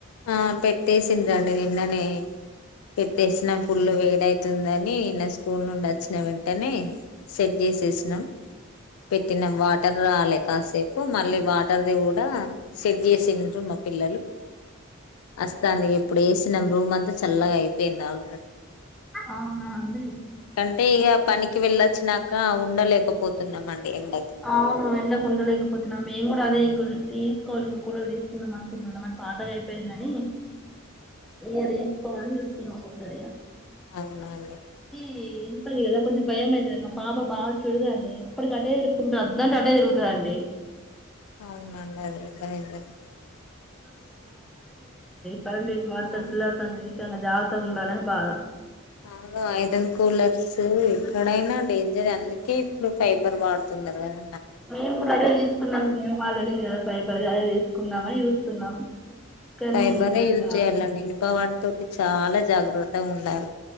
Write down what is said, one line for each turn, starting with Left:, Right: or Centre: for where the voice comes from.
Left: ఆ పెట్టేసింది అండి నిన్ననే పెట్టేసిన ఫుల్లు వేడై వస్తుందని నా స్కూల్ నుండి వచ్చిన వెంటనే సెట్ చేసేసినాం పెట్టిన వాటర్ రాలే కాసేపు మళ్ళీ వాటర్ ది కూడా సెట్ చేసిర్రు మా పిల్లలు అస్తంది ఇగ ఇప్పుడు వేసినాం రూమ్ అంతా చల్లగా అయిపోయింది ఆల్రెడీ
Centre: అవునా అండి
Left: అంటే ఇక పనికి వెళ్ళొచ్చాక ఉండలేకపోతున్నాంమండి ఎండకి
Centre: అవును ఎండకు ఉండలేకపోతున్నాం మేము కూడా అదే ఇంకో తీసుకోవాలి ఇంకో కూలర్ తీసుకుందాం అనుకుంటున్నాం పాతది అయిపోయిందని ఈ ఇయర్ తీసుకోవాలి అని చూస్తున్నాం కొత్తది ఇగ
Left: అవునా అండి
Centre: ఈ ఇనుపది కదా కొంచెం భయం అయితది న మా పాప బాగా చడుద అండి ఎప్పటికట్టే కుంద అద్దంటే అటే తిరుగుతాదండి
Left: <unintelligible>
Centre: సందీప్ వాటర్
Left: అవును
Centre: పిల్లర్ పైన ఇష్టంగా జాగ్రత్తగా ఉండాలని బాధ
Left: అవును ఐరన్ కూలర్స్ ఎక్కడైనా డేంజర్ అందుకే ఇప్పుడు ఫైబర్ వాడుతు ఉన్నది కదా
Centre: మేము కూడా అదే తీసుకున్నాం న్యూ మాడల్ వెళింది కదా పై పడి అదే తీసుకుందామని చూస్తున్నాం కానీ
Left: ఫైబర్
Centre: ఇక
Left: ఏ యూజ్ చేయాలండి ఇనుప వాటితో చాలా జాగ్రత్త ఉండాలి